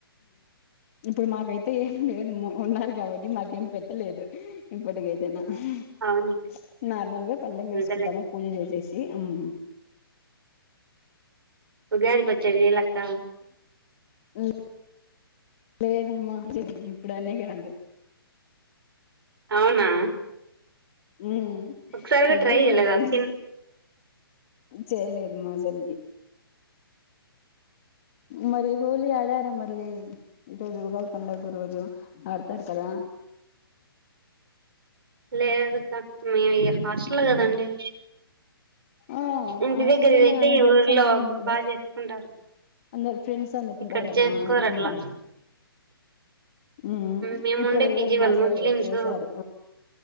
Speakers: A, on the left; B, on the right.
A: ఇప్పుడు మాకైతే ఏం లేదు ఉన్నారు కాబట్టి మాకేం పెట్టలేదు ఇప్పటికైతేనా. ఊహు
B: అవును
A: నార్మల్గా పల్లం వేస్కుంటామా
B: అంతేలే
A: పూజ చే చేసి అమ్
B: ఉగాది పచ్చడిచేయలేదాక్క
A: ఉమ్ లేదమ్మా ఇప్పుడు అన్నీకాదు
B: అవునా
A: ఉమ్
B: ఒకసారి కూడా
A: ఎప్పుడు
B: ట్రై చేయలేదా
A: చేయలేదు
B: తిన్
A: చేయలేదు మాజలకి మరి హోళీ ఆడార మరి లేయ్ ఈరోజు ఉగాది పండుగరోజు పాటిపేట కాడా
B: లేదుక్క మే ఈ హాస్టల్ కదండి
A: ఆ
B: ఇంటి
A: ఆస్తుల
B: దగ్గర
A: అయినా
B: అయితే
A: కానీ గర్ల్స్
B: ఊర్లో
A: అందుకుంటారు
B: బాగా
A: కదా
B: చేసుకుంటారు
A: అందరు ఫ్రెండ్స్ అందుకుంటారు
B: ఇక్కడ
A: కదా
B: చేసుకోరు
A: ఆడుకుని
B: అట్లా
A: మ్
B: మేముండే
A: ఇక్కడ
B: పీజీ
A: ఈరోజు
B: వాళ్ళు
A: మా సైడ్
B: ముస్లిమ్స్
A: చేశారు